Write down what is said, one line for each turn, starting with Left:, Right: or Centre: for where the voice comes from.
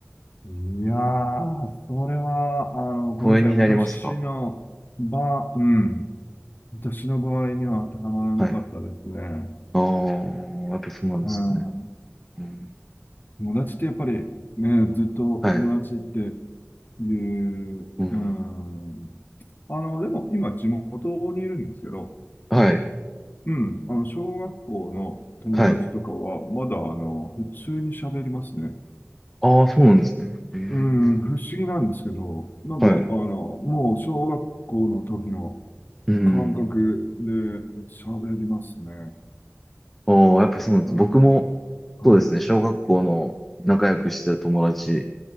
Left: いやー、それは、あの、ごめんなさい。
Centre: 疎遠になりますか
Left: 私の場、うん。私の場合には当てはまらなかったですね。
Centre: はい。ああ、やっぱそうなんですかね。
Left: うん。
Centre: うん、
Left: 友達ってやっぱり、ね、ずっと友達って
Centre: はい。
Left: いう、
Centre: うん、
Left: うん。あの、でも今地元にいるんですけど、
Centre: はい。
Left: うん。あの、小学校の友達とかは、
Centre: はい。
Left: まだ、あの、普通に喋りますね。
Centre: ああ、そうなんですね。へえ
Left: うん、不思議なんですけど、なんか、
Centre: はい。
Left: あの、もう小学校の時の、
Centre: うん。
Left: 感覚で喋りますね。
Centre: ああ、やっぱそうなんです。
Left: うん。
Centre: 僕も、
Left: はい。
Centre: そうですね、小学校の仲良くしてた友達